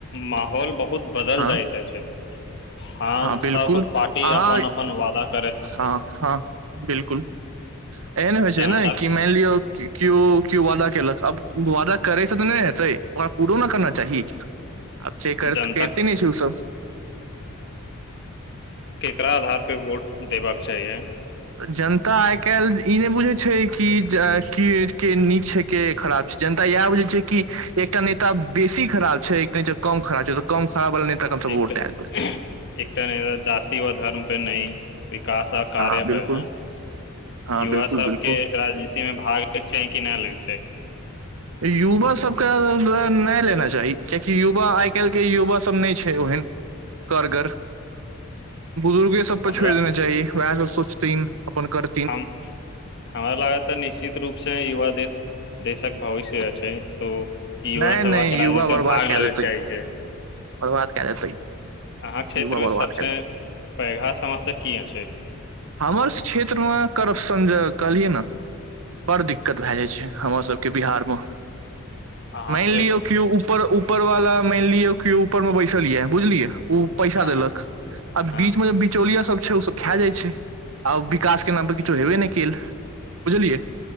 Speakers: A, on the left; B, on the right.
A: माहौल बहुत बदल
B: हँ
A: जाइत अछि हँ
B: बिल्कुल
A: सब पार्टी
B: अहाँ
A: अपन अपन वादाक
B: हँ हँ बिलकुल एहन होइ
A: जनता
B: छै ने कि मानि लियअ किओ किओ वादा केलक आब वादा करैसँ तऽ नहि हेतै ओकरा पूरो न करना चाही आब से कर
A: जनताक
B: करते नहि छै उ सब
A: एकरा आधारपे वोट देबाक चाहीए
B: तऽ जनता आइ काल्हि ई नहि बुझै छै कि की के नीक छै के खराब छै जनता इएह बुझै छै कि एकटा नेता बेसी खराब छै कहै छै कम खरा छै तऽ कम खराब वाला नेता के हमसभ
A: एकटा
B: वोट दए देबै
A: एकटा नहि जाति व धर्म पे नहि विकास आ कार्य
B: हँ बिल्कुल
A: पर हें
B: हँ
A: युवा
B: बिल्कुल
A: सब
B: बिल्कुल
A: के राजनीति में भाग लेबाक चाही कि नहि ले <inaudible>
B: युवा सभकेँ नहि लेना चाही कियकि युवा आइ काल्हिके युवासभ नहि छै ओहन करगर बुजुर्गे सब पर
A: हमरा
B: छोड़ देना चाही वएह सब सोचथिन अपन कर
A: हमरा लागत तऽ निश्चित रूप से नहि युवा देश देशक भविष्य अछि तो युवा
B: नहि
A: सभा
B: नहि
A: के राजनीति
B: युवा बर्बाद
A: मे भाग लेबेके
B: कऽ देतेै
A: चाही छै
B: बर्बाद कऽ देतै
A: अहाँ क्षेत्रमे
B: युवा बर्बाद
A: सबसे
B: कए देतै
A: पैघाऽ समस्या की अछि
B: हमर क्षेत्रमे करप्शन जे कहलियै नऽ बड़ दिक्कत भए जाइ छै हमर सभके बिहार मऽ
A: अहाँक
B: मानि
A: क्षेत्र
B: लियौ कियो उप ऊपर ऊपर वाला मानि लिय कियो ऊपर मे बैसल या बुझलिये ओ पैसा
A: हँ
B: देलक आ
A: हँ
B: बीच में जे बिचौलिया सब छै ओ सब खा जाइ छै आ विकासके नामपर किछो हेबे नहि कयेल बुझलियै